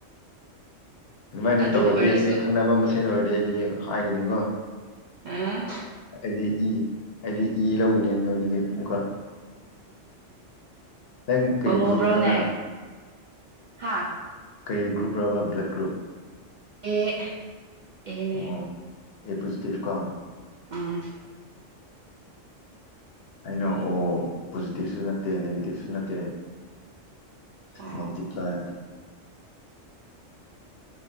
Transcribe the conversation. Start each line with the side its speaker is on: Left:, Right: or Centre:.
Left: ꯑꯗꯨꯃꯥꯏꯅ
Right: ꯑꯗꯨ
Left: ꯇꯧꯔꯗꯤ
Right: ꯑꯣꯏꯔꯁꯨ
Left: ꯑꯩꯗꯤ ꯈꯪꯅꯕ ꯃꯁꯦꯟ ꯑꯣꯏꯔꯗꯤ ꯑꯩꯗꯤ ꯍꯥꯏꯒꯅꯤꯀꯣ
Right: ꯎꯝ
Left: ꯑꯩꯗꯤ ꯑꯩꯗꯤ ꯏ ꯂꯧꯒꯅꯤ ꯅꯣꯏꯗꯒꯤ ꯑꯃꯨꯛꯀ ꯅꯪ ꯀꯔꯤ
Right: ꯄꯃꯨꯕ꯭ꯔꯣꯅꯦ
Left: ꯒ꯭ꯔꯨꯞꯅꯣ ꯅꯪ
Right: ꯍꯥ
Left: ꯀꯔꯤ ꯒ꯭ꯔꯨꯞꯔ ꯂꯕ ꯕ꯭ꯥꯂꯠ ꯒ꯭ꯔꯨꯞ
Right: ꯑꯦ ꯑꯦꯅꯦ
Left: ꯑꯣ ꯑꯦ ꯄꯣꯖꯤꯇꯤꯞ ꯀꯣ
Right: ꯑꯥ
Left: ꯑꯩꯅ ꯑꯣ ꯄꯣꯖꯤꯇꯤꯞꯁꯨ ꯅꯠꯇꯦ ꯅꯦꯒꯦꯇꯤꯞꯁꯨ ꯅꯠꯇꯦ
Right: ꯑꯣ
Left: ꯃꯜꯇꯤꯄ꯭ꯂꯥꯏ